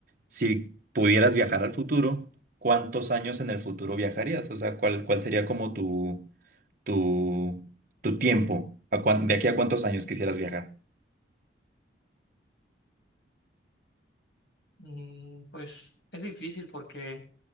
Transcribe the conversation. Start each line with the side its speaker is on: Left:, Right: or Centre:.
Right: si pudieras viajar al futuro. ¿cuántos años en el futuro viajarías? O sea, ¿cuál, cuál sería como tu, tu, tu tiempo? ¿A cuán- de aquí a cuántos años quisieras viajar?
Left: Mm, pues es difícil porque